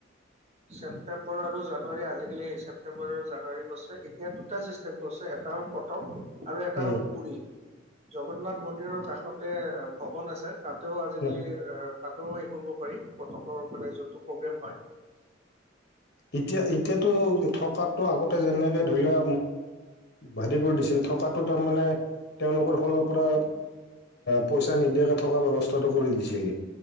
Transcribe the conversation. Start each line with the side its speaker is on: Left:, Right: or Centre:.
Right: ছেপটেম্বৰ আৰু জানুৱাৰী আজিকালি ছেপটেম্বৰ আৰু জানুৱাৰী গছে এতিয়া দুটা চষ্ট ছে এটা হল পথক আৰু এটা
Left: উম,
Right: হ'ল পুৰী জগন্নাথ মন্দিৰৰ কাষতে ভৱন আছে তাতেও আজিকালি
Left: উম।
Right: তাতেও হেৰি কৰিব পাৰি পথকৰ মানে যোনটো প্ৰগ্ৰেম হয়
Left: এতিয়া এতিয়াতো থকটো আগতে যেনেকে ধৰি লোৱা ভাদি কৰি দিছিল থকাাতটো তাৰমানানে তেওঁলোকৰ ফালৰ পৰা পইচা নিদিয়াকে থকা ব্য্ৱস্থাটো কৰি দিছিল